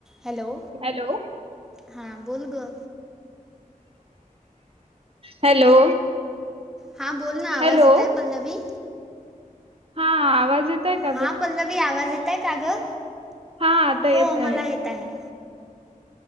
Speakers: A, in the centre; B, on the right.
A: Hello.
B: Hello.
A: हा बोल ग.
B: हॅलो.
A: हा बोल ना आवाज
B: हॅलो
A: येतय पल्लवी.
B: हा आवाज येत आहे का
A: हा
B: ग
A: पल्लवी आवाज येत आहे का ग
B: हा आता येत
A: हो मला येत आहे.